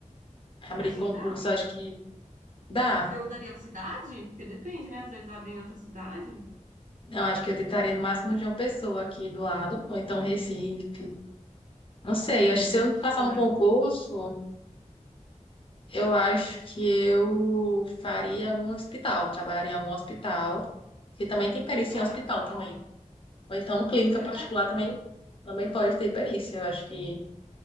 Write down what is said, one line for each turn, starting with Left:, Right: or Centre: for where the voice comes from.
Left: Abrir
Right: Acho
Left: concurso,
Right: que dá.
Left: acho que Dá.
Right: E você mudaria de cidade? Porque depende, né? Às vezes abrem em outra cidade,
Left: Eu acho que eu tentaria no máximo de uma pessoa aqui do lado, ou então Recife. Não sei,
Right: é,
Left: acho
Right: que
Left: que
Right: é
Left: se
Right: pertinho,
Left: eu não passar no
Right: né?
Left: concurso, eu acho que eu faria algum hospital, trabalharia em algum hospital, que também tem perícia
Right: Ah,
Left: em hospital
Right: verdade.
Left: também. Ou então clínica
Right: Verdade,
Left: particular também,
Right: né?
Left: também pode ter perícia, eu acho que